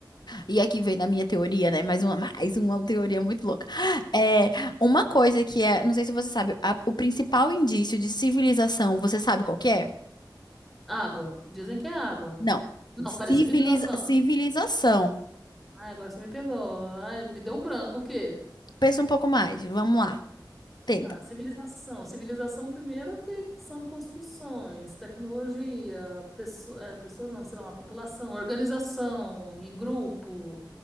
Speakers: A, on the left (about 65°); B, in the centre.
A: e aqui vem na minha teoria, né? Mais uma, <laughs> mais uma teoria muito louca. É uma coisa que é, não sei se você sabe, a- o principal indício de civilização, você sabe qual que é?
B: Água. Dizem que é água.
A: Não.
B: Não,
A: Civiliza,
B: peraí, civilização.
A: civilização.
B: Ai, agora você me pegou. Ai, me deu um branco, o quê?
A: Pensa um pouco mais. Vamos lá. Tenta.
B: Ah, civilização. Civilização, primeiro, que que são construções, tecnologia, pesso- é, pessoas, não, sei lá, uma população, organização, em grupo.